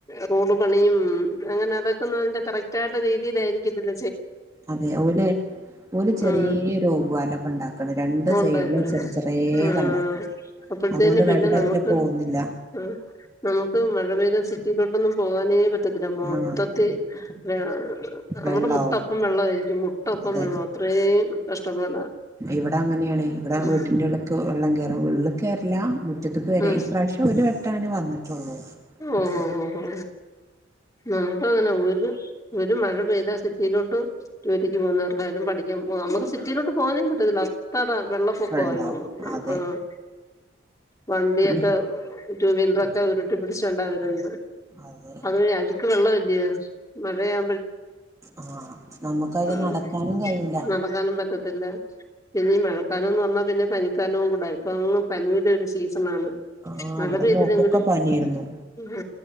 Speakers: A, on the left (about 20°); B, on the right (about 15°).
A: റോഡ് പണിയും ഉം അങ്ങനെ അതക്കെ അതിന്റെ കറക്റ്റ് ആയിട്ട് രീതിയിലായിരിക്കും ഇതില്-
B: അതെ ഓല് ചെറിയ
A: ആ
B: ഒരു ഓവുപാലവാ ഇപ്പൊ ഉണ്ടാക്കണേ രണ്ട്
A: ഉണ്ടാക്ക
B: സൈഡിലും ചെറ ചെറിയത്ണ്ടാക്കിയ
A: ആ അപ്പോഴത്തേന്
B: അതുകൊണ്ട്
A: പിന്നെ
B: വെള്ള
A: നമുക്ക്
B: ഇതില് പോകുന്നില്ല
A: ആഹ് നമുക്ക് മഴ പെയ്താ സിറ്റിയിലോട്ടൊന്നും പോവാനേ- പറ്റത്തില്ല മൊത്തത്തി
B: ആഹ്
A: വെ നമ്മുടെ
B: വെള്ളാവും
A: മുട്ടപ്പം വെള്ളമായിരിക്കും മുട്ടപ്പം
B: അതെ
A: വെള്ളം അത്രയും- കഷ്ടപ്പാടാ
B: ഇവിടെ അങ്ങനെയാണ് ഇവിടെ
A: ഉം
B: വീട്ടിന്റെ ഉള്ളക്ക് വെള്ളം കയറും ഉള്ള് ഇല്ലാ മുറ്റത്തക്ക് വരെ
A: ഉം
B: ഈ പ്രവശ്യം ഒരു വെട്ട അന് വന്നിട്ടുള്ളൂ
A: ഓഹോ
B: മുറ്റത്തേക്ക്
A: ഹോ ഹോ നമുക്ക് അങ്ങനെ ആ ഒരു മഴ പെയ്താൽ സിറ്റിയിലോട്ടും ജോലി ക്ക് പോകുന്നവർക്കായാലും പഠിക്കാൻ പോവാൻ നമുക്ക്- സിറ്റിലോട്ടെ പോകാനേ പറ്റത്തില്ല അത്ര വെള്ളപ്പൊക്ക
B: വെള്ളാവും
A: ആയി തോന്ന്ണു
B: അതെ
A: ആഹ് വണ്ടിയൊക്കെ
B: പിന്നെ
A: ടു വീലറൊ ക്കെ ഉരു ട്ടി പിടിച്ചോണ്ടാ വരുന്നത് പറയും
B: അതെ
A: അത് മെ അഴ് വെള്ളം അല്ലിയോ മഴയാ
B: ആഹ് നമ്മുക്ക് അ യിലെ
A: ആഹ്
B: നടക്കാനും കയ്യൂല.
A: നടക്കാനും പറ്റത്തില്ല പിന്നെ ഈ മഴക്കാലം എന്ന് പറഞ്ഞാ പിന്നെ പനിക്കാലവും കൂടെ. ഇപ്പൊ ങ്ങ് പനിയുടെ ഒരു സീ സണാണ്.
B: ആ
A: മഴ
B: ഇവിടെ
A: പെയ്തിതെങ്കിലും
B: മോക്കൊക്കെ പനിയായിരുന്നു
A: ആഹ